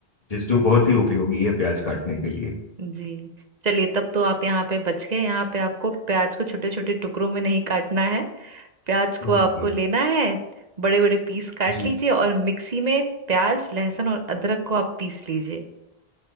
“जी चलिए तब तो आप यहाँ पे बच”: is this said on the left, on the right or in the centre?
Right